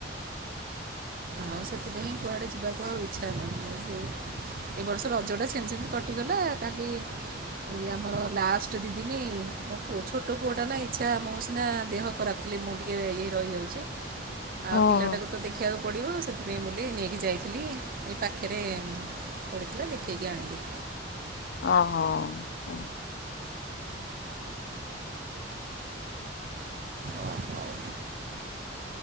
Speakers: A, on the right (about 55°); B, on the left (about 65°).
A: ହଁଉ ସେଥିପାଇଁ କୁଆଡେ ଯିବାକୁ ଆଉ ଇଚ୍ଛା ନାହିଁ ଆଉ ସେ ଏବ ବର୍ଷ ରଜ ଟା ସେମିତି ସେମିତି କଟିଗଲା କାଲି ଏଇ ଆମର ଲାଷ୍ଟ ଦିଦିିନି ମୋ ପଅ ଛୋଟ ପୁଅ ଟା ନା ଇଚ୍ଛା ମୋ ସିନା ଦେହ ଖରାପ ମୁଁ ଟିକେ ଇ ରହିଯାଉଛି ଆଉ
B: ହଁ
A: ପିଲାଟାକୁ ତ ଦେଖିବାକୁ ପଡିବ ସେଥିପାଇଁ ବ ନେଇକି ଯାଇଥିଲି ଏ ପାଖେରେ ଓଡ଼ିିକଥିଲା ଦେଖି କି ଆଣିଲି।
B: ଓ ହୋ।
A: ଓ ହଉ।